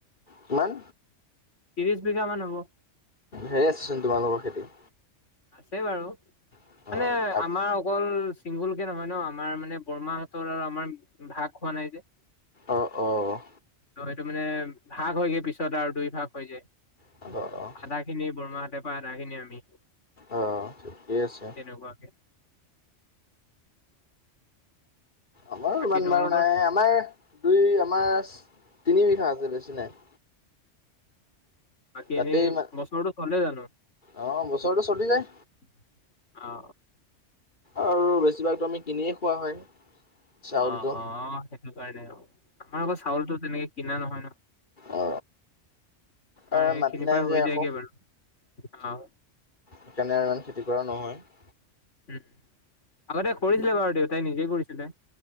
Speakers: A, on the left (about 40°); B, on the left (about 75°).
A: কিমান।
B: ত্ৰিশ বিঘা মান হ'ব।
A: ধেৰ চোন তোমালোকৰ খেতি।
B: আছে বাৰু মানে
A: অ' অ'
B: আমাৰ অকল। চিংগুল কে নহয় নহ আমাৰ মানে বৰমাহঁতৰ আৰু আমাৰ ভাগ হোৱা নাই যে।
A: অ, অ।
B: ত' সেইটো মানে ভাগ হয়গৈ পিছত আৰু দুই ভাগ হৈ যায়।
A: অ।
B: আধা খিনি বৰমাহঁতে পায় আধা খিনি আমি।
A: অ ঠিকে আছে।
B: <unintelligible>
A: আমাৰো
B: বাকী
A: ইমান
B: তোমালোকৰ
A: বাৰু নাই আমাৰ দুই আমাৰ তিনি বিঘা আছে বেছি নাই।
B: বাকী
A: তাতে
B: এনেই
A: ইমান
B: বছৰটো চলে জানোঁ।
A: অ বছৰটো চলি যায়
B: <inaudible> অ।
A: আৰু বেছিভাগতো আমি কিনিয়ে খোৱা হয়। চাউলটো
B: অ, অ অ সেইটো কাৰণে অ আমাৰ আকৌ চাউলটো তেনেকে কিনা নহয় নহ।
A: অ
B: আমাৰ
A: অ
B: এইখিনিৰ
A: মাটি নাই
B: পৰা
A: যে
B: হৈ
A: আকৌ
B: যায়গে বাৰু অ।
A: সেইকাৰণে আৰু ইমান খেতি কৰা নহয়।
B: উম আগতে কৰিছিলে বাৰু দেউতাই নিজে কৰিছিলে।